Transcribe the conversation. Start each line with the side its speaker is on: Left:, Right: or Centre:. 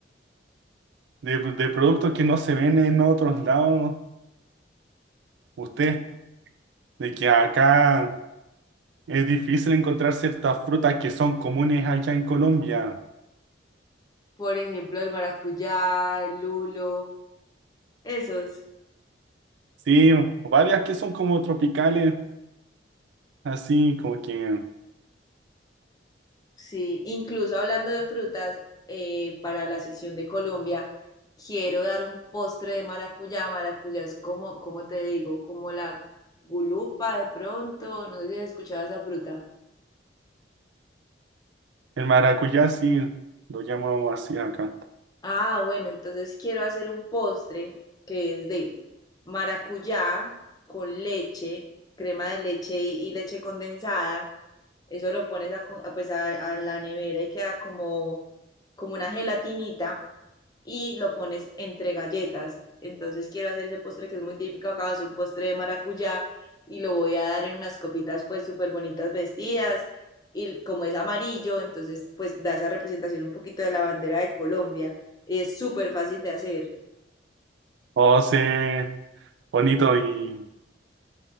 Right: de, de productos que no se ven en otros lados, usted, de que acá es difícil encontrar ciertas frutas que son comunes allá en Colombia.
Left: Por ejemplo, el maracuyá, el lulo, esos.
Right: Sí, varias que son como tropicales, así como que
Left: Sí, incluso hablando de frutas, eh, para la sección de Colombia, quiero dar un postre de maracuyá. Maracuyá es como, ¿cómo te digo? Como la gulupa de pronto, no sé si has escuchado esa fruta.
Right: el maracuyá, sí, lo llamamos así acá.
Left: Ah, bueno, entonces quiero hacer un postre que es de maracuyá con leche, crema de leche y, y leche condensada, eso lo pones a, co- a, pues a, a la nevera y queda como, como una gelatinita y lo pones entre galletas. Entonces quiero hacer ese postre que es muy típico acá, es un postre de maracuyá y lo voy a dar en unas copitas pues súper bonitas vestidas y como es amarillo, entonces pues da esa representación un poquito de la bandera de Colombia. Y es súper fácil de hacer.
Right: O sea, bonito y,